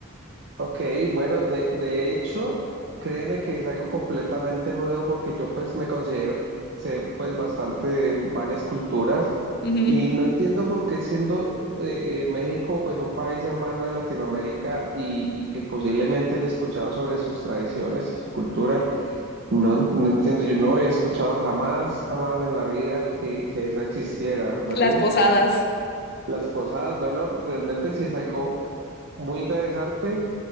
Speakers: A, on the right; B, on the left.
A: Ok, bueno, de, de hecho, créeme que es algo completamente nuevo porque yo pues me considero que sé pues bastante de varias culturas
B: Ujú.
A: y no entiendo por qué siendo eh, eh, México pues un país hermano de Latinoamérica y, y que posiblemente haya escuchado sobre sus tradiciones y su cultura, no, en- no entiendo, yo no había escuchado jamás, jamás en la vida que, que eso existiera, oye.
B: Las posadas.
A: Las posadas, bueno, realmente sí es algo muy interesante